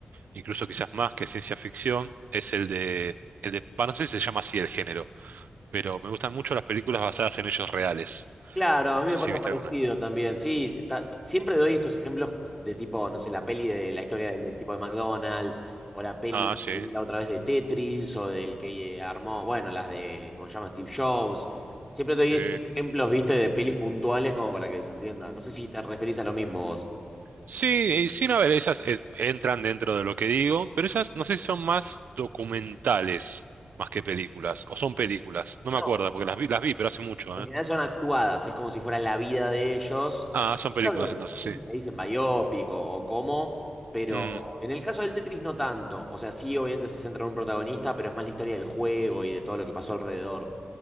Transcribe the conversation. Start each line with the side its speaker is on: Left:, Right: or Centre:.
Right: incluso quizás más que ciencia ficción, es el de, el de, bah, no sé si se llama así el género, pero me gustan mucho las películas basadas en hechos reales.
Centre: Claro, a
Right: No
Centre: mí me
Right: sé
Centre: pasa
Right: si viste
Centre: parecido
Right: alguna.
Centre: también. Sí, ta- siempre doy estos ejemplos de tipo, no sé, la peli de la historia del, del tipo de McDonald's, o la peli
Right: Ah,
Centre: que
Right: sí,
Centre: vi la otra vez de Tetris, o del que eh, armó, bueno, las de, ¿cómo se llama? Steve Jobs. Siempre doy
Right: sí.
Centre: estos ejemplos, viste, de pelis puntuales como para que se entienda. No sé si te referís a lo mismo vos.
Right: Sí, y sin a ver, esas es- entran dentro de lo que digo, pero esas no sé si son más documentales más que películas, o son películas, no
Centre: No,
Right: me acuerdo porque las vi, las vi, pero hace mucho,
Centre: En general
Right: ¿eh?
Centre: son actuadas, es como si fuera la vida de ellos
Right: Ah, son películas
Centre: creo que,
Right: entonces,
Centre: no sé
Right: sí.
Centre: si le dicen biopic o, o cómo, pero
Right: Mm.
Centre: en el caso del Tetris no tanto. O sea, sí, obviamente se centra en un protagonista, pero es más la historia del juego y de todo lo que pasó alrededor.